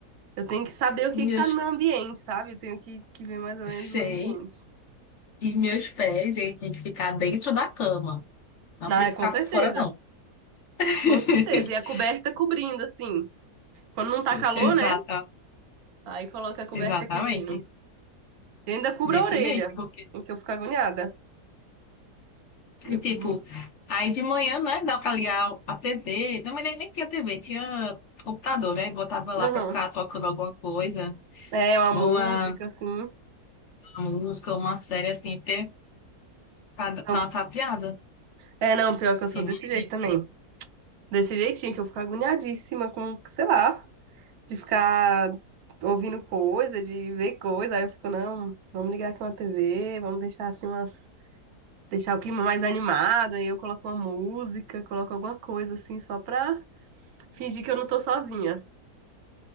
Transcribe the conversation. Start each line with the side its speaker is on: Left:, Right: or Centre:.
Right: Eu tenho que saber o
Left: Meus.
Right: que que tá no meu ambiente, sabe? Eu tenho que, que ver mais ou menos
Left: Sei.
Right: o ambiente.
Left: E meus pés, ele tem que ficar dentro da cama. Não
Right: Não,
Left: podia
Right: é
Left: ficar
Right: com certeza.
Left: fora, não. <laughs>
Right: Com certeza. E a coberta cobrindo, assim. Quando não tá
Left: Exata,
Right: calor, né? Aí coloca a coberta
Left: exatamente.
Right: cobrindo. E ainda cubra
Left: Desse
Right: a orelha,
Left: jeito, porque,
Right: em que eu fico agoniada. Eu
Left: e, tipo,
Right: cubro.
Left: aí de manhã, né, dá pra ligar a TV. Não, mas nem, nem tinha TV, tinha computador, né? Botava lá
Right: Aham.
Left: pra ficar tocando alguma coisa,
Right: É uma música,
Left: uma,
Right: assim.
Left: uma música, uma série assim, porque Cada-
Right: Não,
Left: Tá tapeada?
Right: é, não, pior que eu
Left: Que
Right: sou desse
Left: minha
Right: jeito
Left: gente.
Right: também. Desse jeitinho, que eu fico agoniadíssima com, sei lá, de ficar ouvindo coisa, de ver coisa. Aí eu fico, não, vamos ligar aqui uma TV, vamos deixar assim umas. Deixar o clima mais animado, aí eu coloco uma música, coloco alguma coisa assim, só pra fingir que eu não tô sozinha.